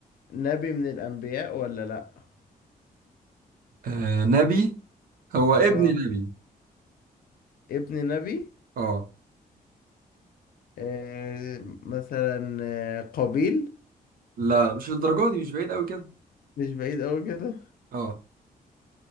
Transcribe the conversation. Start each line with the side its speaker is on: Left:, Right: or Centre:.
Left: نبي من الأنبياء ولا لأ؟
Right: آه نبي هو ابن
Left: آه
Right: نبي
Left: ابن نبي
Right: اه
Left: آه مثلا آه، قابيل
Right: لا لا، مش للدرجة دي مش بعيد قوي كده
Left: مش بعيد أوي كده
Right: اه